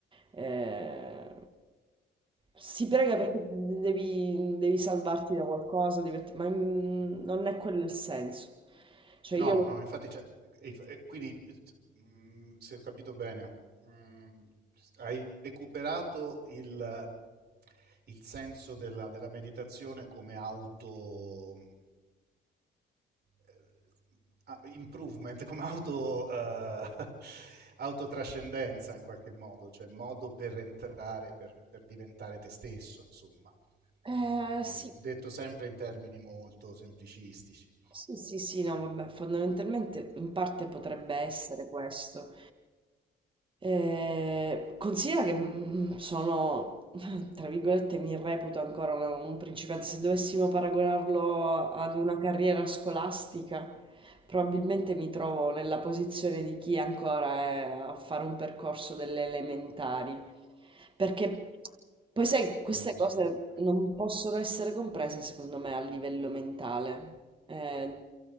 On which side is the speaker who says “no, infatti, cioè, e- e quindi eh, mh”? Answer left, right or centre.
Right